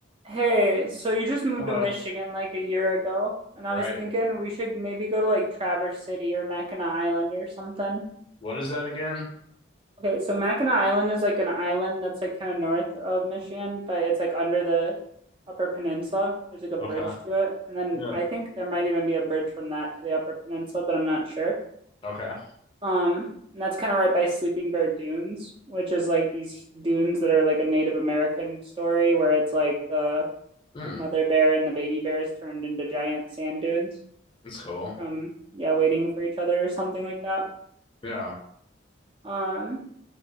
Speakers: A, on the right; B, on the left.
A: Hey, so you just moved
B: Hello.
A: to Michigan like a year ago, and I
B: Right.
A: was thinking we should maybe go to like Traverse City or Mackinac Island or something.
B: What is that again?
A: Okay, so Mackinac Island is like an island that's like kind of north of Michigan, but it's like under the Upper Peninsula. There's like a bridge
B: Okay.
A: to it. And then
B: Yeah.
A: I think there might even be a bridge from that to the Upper Peninsula, but I'm not sure.
B: Okay.
A: Um, and that's kind of right by Sleeping Bear Dunes, which is like these dunes that are like a Native American story where it's like the
B: Hmm.
A: mother bear and the baby bears turned into giant sand dunes
B: That's cool.
A: from yeah waiting for each other or something like that
B: Yeah.
A: um